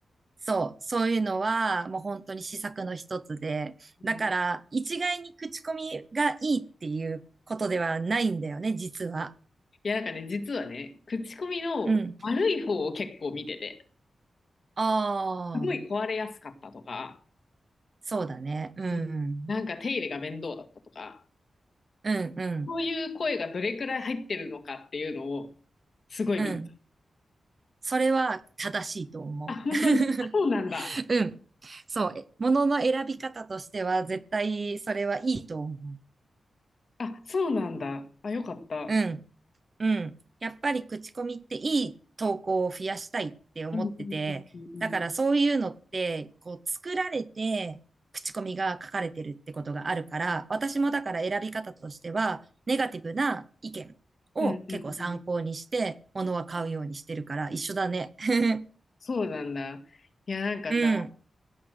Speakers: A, on the right (about 35°); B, on the left (about 45°).
A: そう、そういうのはもう本当に施策の一つで、
B: うん。
A: だから一概に口コミがいいっていうことではないんだよね、
B: い
A: 実は。
B: や、なんかね、実はね、口コミの悪い方を結構見てて、
A: うん。ああ、
B: すごい壊れやすかったとか、
A: そうだね。うん。
B: うん、なんか手入れが面倒だったとか、
A: うん、うん、
B: そういう声がどれくらい入ってるのかっていうのを、すごい見た。
A: うん。それは正しいと思う。
B: あ、本当に、
A: <laughs>
B: そうなんだ。
A: うん。そう、えものの選び方としては絶対それはいいと思う。
B: あ、そうなんだ。あ、よかった。
A: うん。うん。やっぱり口コミっていい投稿を増やしたいって思ってて、
B: うんうんうんうんうん。
A: だからそういうのって、こう作られて口コミが書かれてるってことがあるから、私もだから選び方としては、ネガティブな意見を結構参考にして、
B: うんうんうん。
A: 物は買うようにしてるから一緒だね。<laughs>
B: そうなんだ。いや、なんかさ、
A: うん、